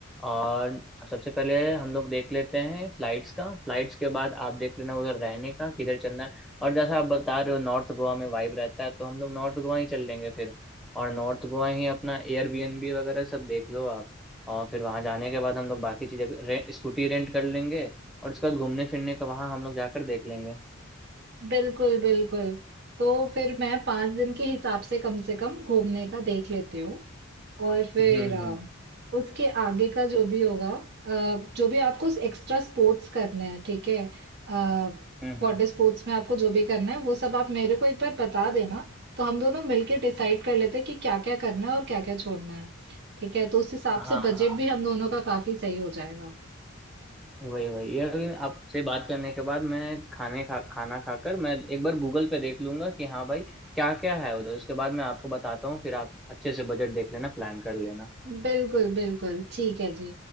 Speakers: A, in the centre; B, on the right.
A: और सबसे पहले हम लोग देख लेते हैं फ्लाइट्स का फ्लाइट्स के बाद आप देख लेना उधर रहने का किधर चलना है और जैसा आप बता रहे हो नॉर्थ गोवा में वाइब रहता है तो हम लोग नॉर्थ गोवा ही चल लेंगे फिर और नॉर्थ गोवा ही अपना एयरबीएनबी वगैरह सब देख लो आप और फिर वहां जाने के बाद हम लोग बाकी चीजें रे, स्कूटी रेंट कर लेंगे और उसके बाद घूमने फिरने का वहां हम लोग जाकर देख लेंगे
B: बिल्कुल, बिल्कुल। तो फिर मैं 5 दिन के हिसाब से कम से कम घूमने का देख लेती हूँ और फिर
A: हम्म
B: अ,
A: हम्म
B: उसके आगे का जो भी होगा अ, जो भी आपको एक्स्ट्रा स्पोर्ट्स करने हैं, ठीक है? अ,
A: हम्म हम्म।
B: वाटर स्पोर्ट्स में आपको जो भी करना है वो सब आप मेरे को एक बार बता देना तो हम दोनों मिलके डिसाइड कर लेते हैं कि क्या-क्या करना है और क्या-क्या छोड़ना है। ठीक है? तो उस हिसाब
A: हाँ
B: से बजट
A: हाँ
B: भी हम दोनों का काफी सही हो जाएगा।
A: वही वही ये अभी आपसे बात करने के बाद मैं खाने खा खाना खाकर मैं एक बार गूगल पे देख लूंगा कि हाँ भाई क्या क्या है उधर उसके बाद मैं आपको बताता हूँ फिर आप अच्छे से बजट देख लेना प्लान कर लेना
B: बिल्कुल, बिल्कुल। ठीक है जी।